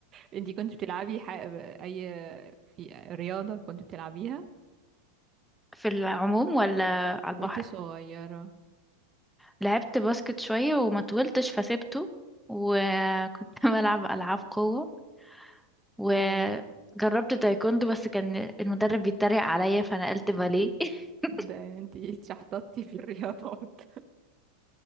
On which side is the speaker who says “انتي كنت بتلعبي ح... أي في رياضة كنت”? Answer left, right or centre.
Right